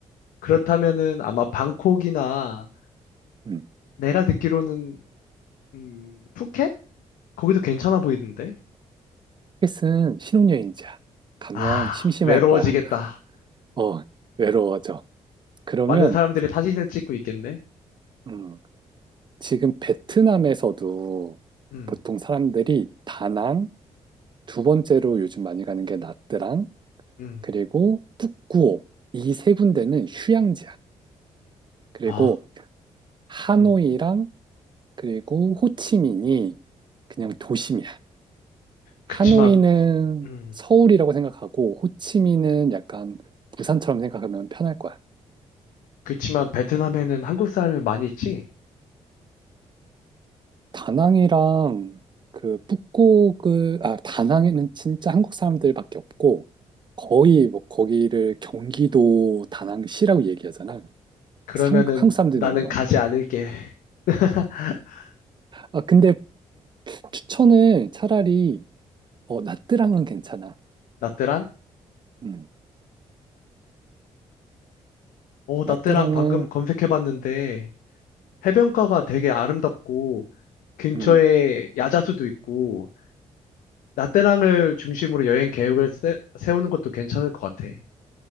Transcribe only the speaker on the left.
그렇다면은 아마 방콕이나
내가 듣기로는, 음, 푸켓? 거기도 괜찮아 보이던데?
아,
외로워지겠다.
많은 사람들이 사진을 찍고 있겠네?
음,
음,
아,
음,
음.
그치만,
음,
그치만 베트남에는 한국 사람이 많이 있지?
그러면은
나는
가지 않을게. <laughs>
나트랑?
어,
나트랑 방금 검색해봤는데 해변가가 되게 아름답고 근처에
야자수도 있고 나트랑을 중심으로 여행 계획을 세, 세우는 것도 괜찮을 것 같아.